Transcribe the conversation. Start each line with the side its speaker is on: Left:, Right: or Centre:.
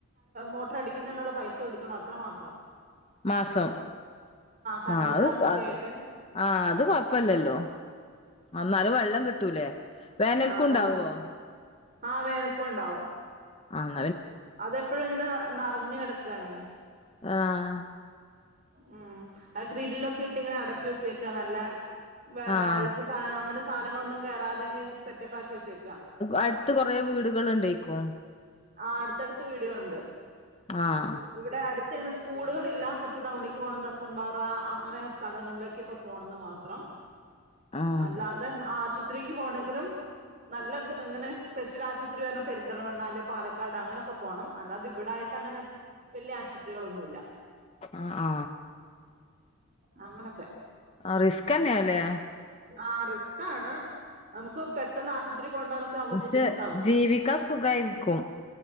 Right: മോട്ടർ അടിക്കുന്നതിനുള്ള പൈസ കൊടുക്കണം അത്ര മാത്രം
Left: മാസം
Right: കറണ്ട്
Left: ആ അത്
Right: ചാർജ് ഒക്കെ
Left: അത്
Right: ആയിട്ട്
Left: ആഹ അത് കൊഴപ്പല്ലല്ലോ എന്നാലും വെള്ളം കിട്ടൂലേ വേനൽക്കും
Right: ആഹ
Left: ഉണ്ടാവോ
Right: വെള്ളം കട്ടി ആ വേനക്ക ഉണ്ടാവും
Left: ആഹ
Right: അതെപ്പോഴും ഇങ്ങനെ നിറഞ്ഞ കിടക്കയാണേ
Left: ആഹ
Right: ഉം ആ ഗ്രില്ലിൽക്കെ ഇട്ട് ഇങ്ങന അടച്ച വെ ചച്ചക്കാ നല്ല വെള്ള
Left: ആഹ്
Right: അഴുക്ക് സാധന അങ്ങനെ സാധങ്ങളന്നും കേറാതെ സെറ്റപ്പ് വെച്ചേക്കാ
Left: അടുത്ത് കൊറെ വീടുകൾ ഉണ്ടക്കോ
Right: ആ അടുത്തടുത്ത് വീടുകളുണ്ട്
Left: ആഹ്
Right: ഇവിടെ അടുത്ത് ഇങ്ങനെ സ്കൂളുകളൾില്ല കുറച്ച് ടൗണിക്ക് പോകണം തച്ചൻമ്പാറ അങ്ങനെ സ്ഥലങ്ങളിലേക്കൊക്കെ പോണംന്ന് മാത്രം
Left: ആഹ്
Right: അല്ലാ അതെ ആഹ അശുദ്ധ ആശുപത്രിക്ക് പോണെങ്കിലും നല്ല ങ്ങനെ സ്പെഷ്യൽ ആശുപത്രി പറഞ്ഞാ പെരിന്തൽമണ്ണ. പാലക്കാട് അങ്ങനൊക്കെ പോകണം അല്ലാത ഇവിടായിട്ട് അങ്ങനെ വല്ല്യ ആശുപത്രികളൊന്നുമല്ല.
Left: അ ആ
Right: അങ്ങനെത്തെ
Left: ആഹ് റിസ്കന്നെല്ലേ
Right: ആ റിസ്കാണ് നമുക്ക് പെട്ടെന്ന് ആശു ഒത്തിരി കൊണ്ടാനൊക്കെ ആവുമ്പ
Left: പക്ഷെ
Right: ബുദ്ധിമുട്ടാവും
Left: ജീവിക്കാൻ സുഖായിരിക്കും